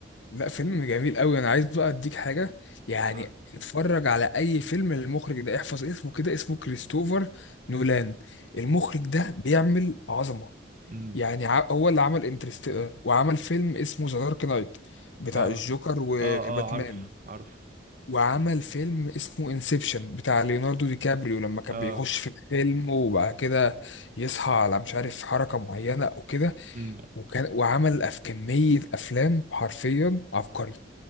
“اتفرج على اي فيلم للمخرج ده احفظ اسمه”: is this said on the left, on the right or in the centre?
Left